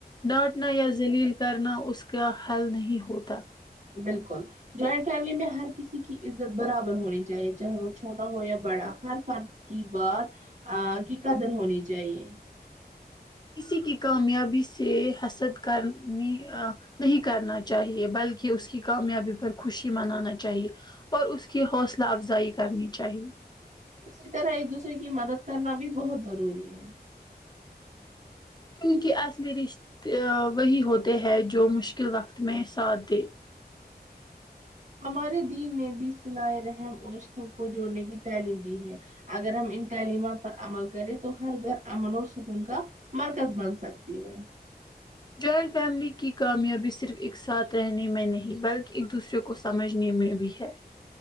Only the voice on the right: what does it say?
بالکل جوائنٹ فیملی میں ہر کسی کی عزت برابر ہونی چاہیے چاہے وہ چھوٹا ہو یا بڑا ہر فرد کی بات کی قدر ہونی چاہیے
اسی طرح ایک دوسرے کی مدد کرنا بھی بہت ضروری ہے
ہمارے دین نے بھی صل رحم اور سکھ کو جوڑنے کی تعلیم دی ہے اگر ہم ان تعلیمات پر عمل کریں تو ہر گھر امن اور سکون کا- مرکز بن سکتی ہے-